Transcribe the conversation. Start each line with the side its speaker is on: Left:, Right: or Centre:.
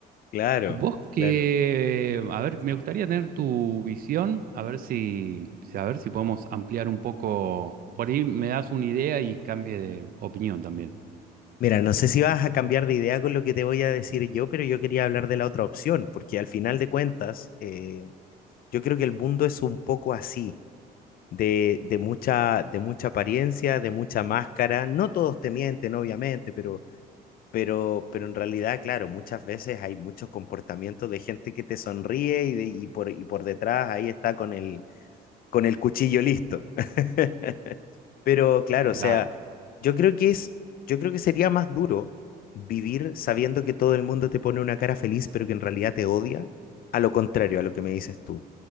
Left: Claro,
Right: Y vos que,
Left: claro.
Right: a ver, me gustaría tener tu visión, a ver si, si- a ver si podemos ampliar un poco. Por ahí me das una idea y cambie de opinión también.
Left: Mira, no sé si vas a cambiar de idea con lo que te voy a decir yo, pero yo quería hablar de la otra opción, porque al final de cuentas, eh, yo creo que el mundo es un poco así, de, de mucha, de mucha apariencia, de mucha máscara. No todos te mienten, obviamente, pero Pero, pero en realidad, claro, muchas veces hay muchos comportamientos de gente que te sonríe y, de- y por, y por detrás ahí está con el, con el cuchillo listo. <laughs> Pero claro, o sea,
Right: Claro,
Left: yo creo que es, yo creo que sería más duro vivir sabiendo que todo el mundo te pone una cara feliz, pero que en realidad te odia, a lo contrario a lo que me dices tú.